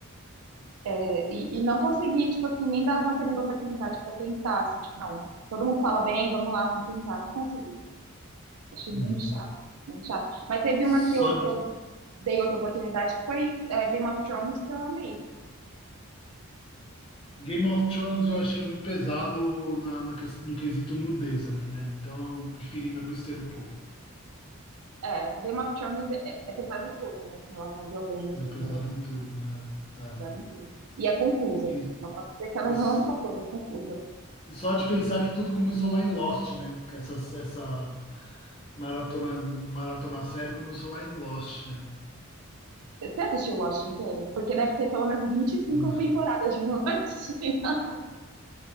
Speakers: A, on the right; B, on the left.
A: É, e, e não consegui, tipo assim, nem dar uma segunda oportunidade para tentar, assim, tipo, não, todo mundo fala bem, vamos lá, vamos tentar. Não consegui. Achei
B: Uhum.
A: muito chato, muito chato. Mas teve
B: Só,
A: uma que eu, que eu dei outra oportunidade, que foi é, Game of Thrones, que eu amei.
B: Game of Thrones eu achei muito pesado na, na ques- no quesito nudez ali, né? Então eu preferi me abster um pouco.
A: É, Game of Thrones é, é pesado em tudo, né? Com relação à violência,
B: É, é pesado
A: com-
B: em tudo, né?
A: é
B: É. é.
A: pesado em tudo. E é confusa.
B: E,
A: Não posso dizer que ela
B: e, s-
A: não é confusa, é confusa.
B: e só de pensar que tudo começou lá em Lost, né? Que Essa, essa maratona, maratona série começou lá em Lost, né?
A: Você assistiu Lost inteiro? Porque deve ter pelo menos 25
B: <laughs>
A: temporadas de Lost. <laughs>